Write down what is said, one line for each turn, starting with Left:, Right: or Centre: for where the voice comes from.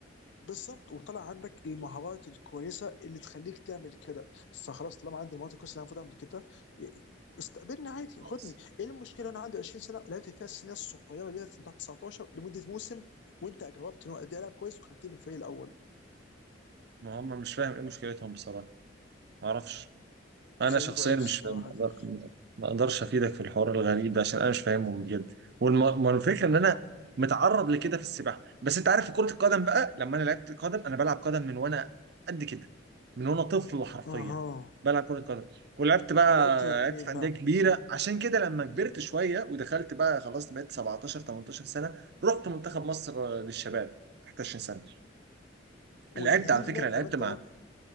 Left: بالظبط وطلع عندك المهارات الكويسه اللي تخليك تعمل كده فخلاص طالما عندي المهارات الكويسه اللي انا المفروض اعمل كده ي- استقبلني عادي خدني
Right: بس
Left: ايه المشكله انا عندي 20 سنه ولعبت فيها السنيه الصغيره اللي هي بتاعت 19 لمده موسم وانت جاوبت ان هو قد ايه العب كويس وخدتني الفريق الاول
Right: ما هم مش فاهم ايه مشكلتهم بصراحه ما اعرفش انا
Left: غريبه
Right: شخصيا
Left: قوي الصراحه
Right: مش فاهم- ما
Left: دي
Right: أقدر- ما اقدرش افيدك في الحوار الغريب ده عشان انا مش فاهمه بجد والفكره ان انا متعرض لكده في السباحه بس انت عارف في كره القدم بقى لما انا لعبت قدم انا بلعب قدم من وانا قد كده من وانا طفل حرفيا
Left: اها
Right: بلعب كره قدم ولعبت بقى
Left: لعبت
Right: لعبت
Left: فين
Right: في انديه
Left: بقى
Right: كبيره عشان كده لما كبرت شويه ودخلت بقى خلاص بقيت 17 18 سنه رحت منتخب مصر آه، للشباب 21 سنه
Left: وهل
Right: لعبت على فكره
Left: هناك
Right: لعبت
Left: لما انت
Right: مع
Left: رحت